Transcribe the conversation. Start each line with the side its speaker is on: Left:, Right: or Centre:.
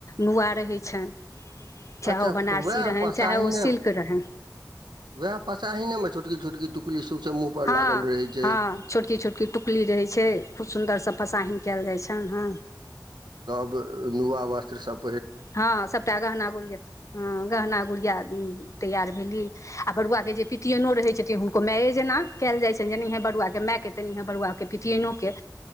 Left: नुआ रहै छनि। चाहे
Right: अच्छा
Left: ओ बनारसी
Right: उएह
Left: रहै
Right: पसाहिने
Left: चाहे ओ सिल्क। रहनि
Right: वएह पसा ही ने मे छोटकी। <unintelligible>
Left: हँ
Right: लागल रहै छै
Left: हँ छोटकी छोटकी टुकली रहैत छै खूब सुन्दरसँ फसाहिन कयल जाइत छै। तानहां।
Right: नव नुआ वस्त्र सब।
Left: हँ सभटा गहना गुड़िया हँ गहना गुड़िया तैयार भेली। आ बरुआके जे पितियएनो रहै छथिन हुनको मायए जेना कयल जाइत छनि जेनाएह बरुआके मायकेँ तेएे बरुआके पितियनोके।